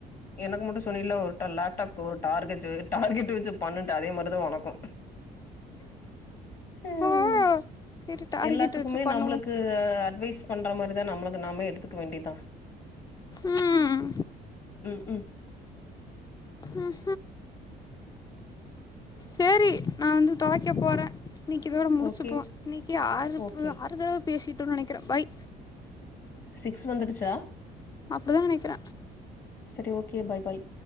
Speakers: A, on the left (about 40°); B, on the left (about 20°).
A: எனக்கு மட்டு சொன்னீல ஒர்ட்டூ லேப்டாப்க்கோர் டார்கெஜு டார்கெட் வெச்சு பண்ணுன்ட்டு அதே மார்தா ஒனக்கு அய்
B: ஓ செரி டார்கெட்
A: எல்லாத்துக்குமே
B: வச்சு பண்ணுவோ
A: நம்ளுக்கு அட்வைஸ் பண்ற மாரிதா நம்ளுக்கு நாமே எடுத்துக்க வேண்டிதா
B: ம்
A: உ உ
B: ம் சேரி நா வந்து துவைக்க போறே நீக்கி இதோட முடிச்சுப்போ
A: ஓகே
B: இன்னிக்கி ஆறுப்பு
A: ஓகே
B: ஆறு தடவ பேசிட் டு நனக்கிறே பாய்
A: சிக்ஸ் வந்துருச்சா
B: அப்டிதா நினைக்கிற
A: சரி ஓகே பாய் பாய்